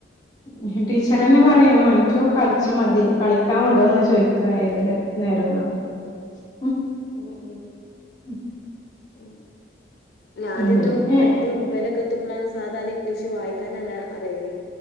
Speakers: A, on the left; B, on the left.
A: <unintelligible> ടീച്ചർന്നെ
B: ഉം
A: പറയും
B: ഉം ഉം
A: എനക്ക് കളി മതി കളിക്കാൻ വിടുവാന്നാ ചോയിക്കുവ ഏത് നേരം <unintelligible>
B: ഉം ഉം
A: ഉം
B: ഉ അല്ല ആദ്യംന്ന്
A: ഉം പിന്നെ
B: എട്ട് ഒമ്പലൊക്കെ എത്തുമ്പോഴാണ് സാധാരണ ഇംഗ്ലീഷ് വായിക്കാ അറിയില്ലേ